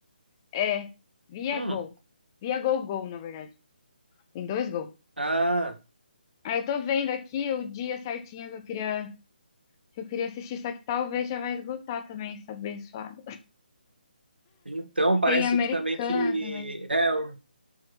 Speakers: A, on the left; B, on the right.
A: é ViaGo,
B: Hum,
A: ViaGo Go, na verdade. Tem dois Go.
B: ah,
A: Aí eu tô vendo aqui o dia certinho que eu queria que eu queria assistir, só que talvez já vai esgotar também essa abençoada.
B: então parece
A: Tem Americana
B: que também que...
A: também.
B: É, eu